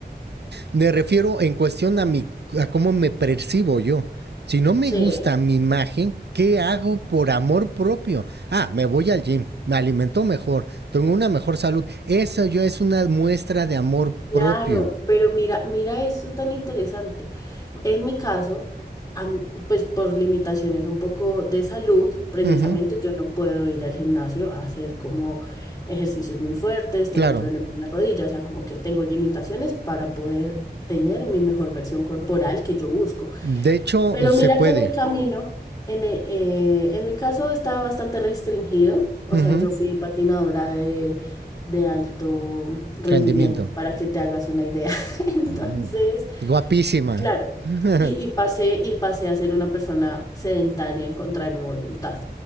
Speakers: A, on the right; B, on the left.
A: Me refiero en cuestión a, mi, a cómo me percibo yo. Si no me
B: Sí.
A: gusta mi imagen, ¿qué hago por amor propio? Ah, me voy al gym, me alimento mejor, tengo una mejor salud. Eso ya es una muestra de amor
B: Claro,
A: propio.
B: pero mira, mira esto tan interesante. En mi caso, am- pues por limitaciones un poco de salud, precisamente
A: Ujú,
B: yo no puedo ir al gimnasio a hacer como ejercicios muy fuertes, tengo
A: claro.
B: un problema en la rodilla, o sea, como que tengo limitaciones para poder tener mi mejor versión corporal que yo busco.
A: De hecho,
B: Pero
A: se
B: mira
A: puede.
B: que en el camino, en, e- eh, en mi caso estaba bastante restringido, o
A: Ujú,
B: sea, yo fui patinadora de, de alto rendimiento,
A: Rendimiento.
B: para que te hagas una idea. <laughs> Entonces...
A: Mm, Guapísima.
B: Claro,
A: <laughs>
B: y, y pasé, y pasé a ser una persona sedentaria en contra de mi voluntad,